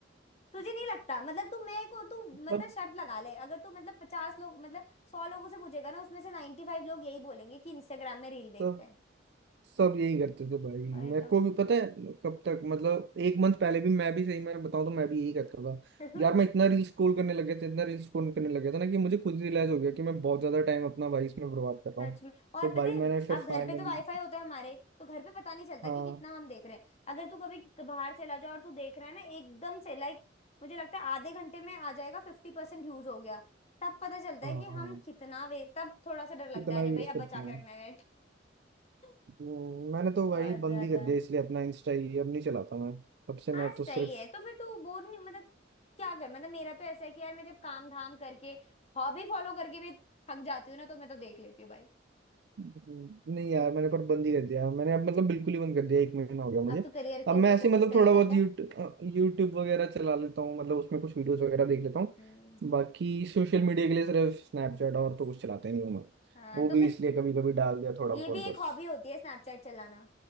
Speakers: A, on the left; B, on the right.
A: तुझे नहीं लगता मतलब तू मैं को तू मतलब
B: <laughs>
A: शर्त लगा ले अगर तू मतलब पचास लोग मतलब सौ लोगों से पूछेगा ना उसमें से नाइन्टी फाइव लोग यही बोलेंगे कि इंस्टाग्राम में रील देखते
B: अब
A: हैं
B: सब यही करते थे भाई
A: अरे
B: मेरे को भी पता है कब तक मतलब एक मंथ पहले भी मैं भी सही में बताऊं तो मैं भी यही करता था
A: तो
B: यार
A: <laughs>
B: मैं इतना रील स्क्रॉल करने लग गया था इतना रील स्क्रॉल करने लग गया था ना कि मुझे खुद ही रियलाइज हो गया कि मैं बहुत ज्यादा टाइम अपना भाई इसमें बर्बाद कर रहा
A: सच
B: हूँ
A: में और
B: तो
A: पता
B: भाई
A: है
B: मैंने फिर
A: अब
B: फाइनली
A: घर पे तो वाईफाई होता है हमारे तो घर पे पता नहीं चलता
B: हाँ
A: कि कितना हम देख रहे हैं अगर तू कभी क- बाहर चला जाओ और तू देख रहा है ना एकदम से लाइक मुझे लगता है आधे घंटे में आ जाएगा फिफ्टी परसेंट यूज हो गया तब पता चलता
B: हाँ
A: है कि
B: हाँ,
A: हम कितना वे तब थोड़ा सा डर लगता
B: इतना
A: है अरे
B: यूज
A: भाई अब
B: करता
A: बचा
B: हूँ
A: के रखना है नेट <laughs>
B: हम्म, मैंने तो भाई
A: बहुत
B: बंद
A: ज्यादा
B: ही कर दिया इसलिए अपना इंस्टा ही अब नहीं चलाता मैं तब से
A: हाँ
B: मैं
A: सही
B: तो सिर्फ
A: है तो फिर तू बोर नहीं मतलब क्या कर मतलब मेरा तो ऐसा है कि यार मैं जब काम धाम करके हॉबी फॉलो करके भी थक जाती हूँ ना तो मैं तो देख लेती हूँ भाई
B: हम्म, नहीं यार
A: <laughs>
B: मैंने पर बंद ही कर दिया मैंने अब मतलब बिल्कुल ही बंद कर दिया एक महीना हो गया मुझे
A: अब तो करियर के
B: अब
A: ऊपर
B: मैं
A: फोकस
B: ऐसे ही मतलब
A: करेगा
B: थोड़ा बहुत
A: क्या
B: यूट्यूब यूट्यूब वगैरह चला लेता हूँ मतलब उसमें कुछ वीडियोस वगैरह देख लेता हूँ
A: हम्म
B: बाकी सोशल मीडिया के लिए सिर्फ स्नैपचैट और तो कुछ चलाते नहीं हूँ मैं
A: हाँ
B: वो
A: तो
B: भी
A: फिर
B: इसलिए कभी कभी डाल दिया थोड़ा बहुत
A: ये भी
B: बस
A: एक हॉबी होती है स्नैपचैट चलाना